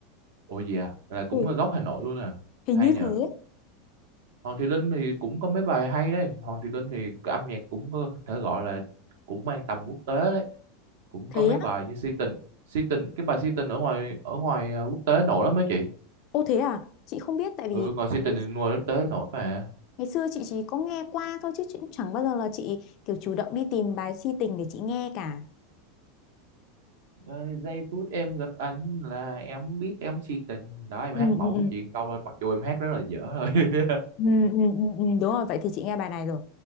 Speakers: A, on the right; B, on the left.
A: Ủa gì à? Là cũng
B: Ừ
A: gốc Hà Nội luôn à.
B: Hình
A: Hay
B: như
A: nhờ.
B: thế.
A: Hoàng Thùy Linh thì cũng có mấy bài hay đấy. Hoàng Thùy Linh thì âm nhạc cũng có thể gọi là cũng mang tầm quốc tế đấy. Cũng
B: Thế
A: có mấy bài
B: á?
A: như Si Tình, Si Tình, cái bài Si Tình ở ngoài ở ngoài à, quốc tế nổi lắm mấy chị.
B: Ô thế à? Chị không biết tại vì
A: Ừ, ngoài Si Tình
B: ngày,
A: thì ngoài quốc tế nổi mà.
B: ngày xưa chị chỉ có nghe qua thôi chứ chị cũng chẳng bao giờ là chị kiểu chủ động đi tìm bài si tình để chị nghe cả.
A: Ờ, giây phút em gặp anh là em biết em si tình đó em
B: Ừ,
A: hát mẫu
B: ừ, ừ.
A: chuyện câu thôi mặc dù em hát rất là dở thôi <laughs>
B: Ừ, ừ, ừ, ừ, đúng rồi, vậy thì chị nghe bài này rồi.